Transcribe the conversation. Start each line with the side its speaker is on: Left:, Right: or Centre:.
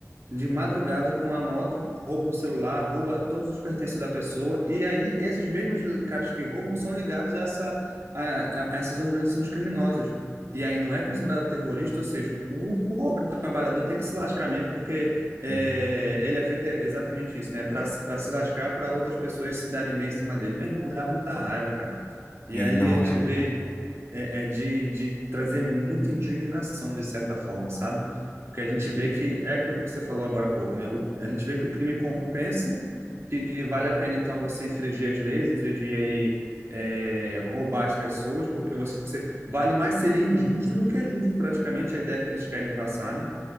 Right: de madrugada com a moto, rouba o celular, rouba todos os pertences da pessoa, e aí esses mesmos caras que roubam são ligados a, essa, a, a essas organizações criminosas. E aí não é considerado terrorista, ou seja, o pobre trabalhador tem que se lascar mesmo, porque é,
Left: hum.
Right: ele é feito exatamente isso, né? Para se lascar, para outras pessoas se darem bem em cima dele. Meu não dá muita raiva, cara. E
Left: Ei,
Right: aí
Left: não,
Right: a gente
Left: é.
Right: vê é, é de, de trazer muita indignação, de certa forma, sabe? Porque a gente vê que é aquilo que você falou agora há pouco, né? O, a gente vê que o crime compensa, que vale a pena então você infringir as leis, infringir aí, é, roubar as pessoas, porque você vale mais seria injusto do que justo, praticamente, a ideia que eles querem passar, né?